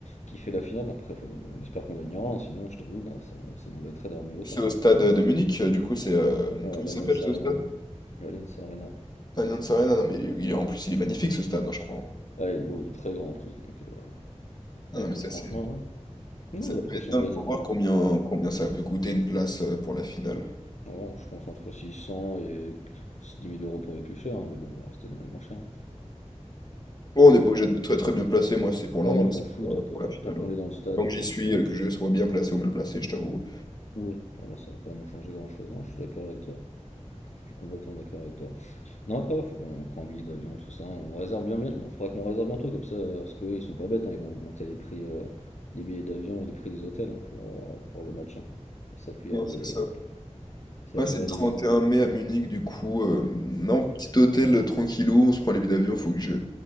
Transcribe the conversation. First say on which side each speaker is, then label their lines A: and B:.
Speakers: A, on the left (about 75°); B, on the left (about 35°).
A: kiffer la finale. Après, faut- on espère qu'on gagnera, hein, sinon, je t'avoue, hein, ça me- ça m'embêterait d'avoir mis autant.
B: C'est au
A: Mais
B: stade
A: bon.
B: de Munich, euh, du coup, c'est. euh,
A: Oh, Euh,
B: comment
A: l'Allianz
B: il s'appelle ce
A: Arena,
B: stade?
A: l'Allianz Arena.
B: Allianz Arena. Non, mais il est- il est- en plus, il est magnifique ce stade, hein, je crois.
A: Ah, il est beau, il est très grand en plus, donc, euh,
B: Ah,
A: donc
B: non, mais ça,
A: euh, franchement,
B: c'est,
A: ouais.
B: ça
A: Non, et après,
B: peut être
A: si
B: dingue.
A: on gagne,
B: Faut
A: on
B: voir
A: ira.
B: combien, combien ça peut coûter une place euh, pour la finale.
A: Non, je pense entre 600 et 10 000 euros pour les plus chers, hein, mais bon, on va rester dans les moins chers. hein.
B: Bon, on n'est
A: On
B: pas
A: prend.
B: obligé de très très bien placé. Moi, c'est pour l'ambiance,
A: Oh, je m'en
B: c'est
A: fous
B: pour,
A: tant
B: euh,
A: que-
B: pour la finale.
A: tant qu'on
B: hein.
A: est dans le stade,
B: Tant
A: hein,
B: que j'y
A: franchement.
B: suis, euh, que je sois bien placé ou mal placé, je t'avoue.
A: Oui, voilà, ça va pas nous changer grand-chose, hein, je suis d'accord avec toi. Je suis complètement d'accord avec toi. Non, après, ouais, faut qu'on prenne un billet d'avion, tout ça. On réserve bien, bien. Faudra qu'on réserve bientôt, comme ça, euh, parce qu'ils sont pas bêtes, hein, ils vont augmenter les prix euh, des billets d'avion et les prix des hôtels hein, pour, euh, pour le match. hein. Ils savent qu'il y
B: Non,
A: aura
B: c'est
A: des,
B: ça.
A: ils savent
B: Ouais,
A: qu'il
B: c'est
A: y aura
B: le trente
A: des visites.
B: et un mai à Munich, du coup. euh, non,
A: Hmm.
B: petit hôtel euh, tranquillou, on se prend les billets d'avion, faut que je,